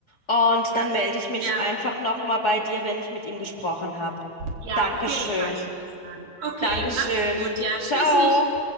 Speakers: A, on the left (about 55°); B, on the right (about 50°).
A: und dann melde ich mich
B: Ja,
A: einfach noch mal bei dir, wenn ich mit ihm gesprochen habe.
B: ja,
A: Dankeschön.
B: auf jeden Fall, würde ich sagen. Okay,
A: Dankeschön.
B: mach's gut, ja.
A: Ciao.
B: Tschüssi.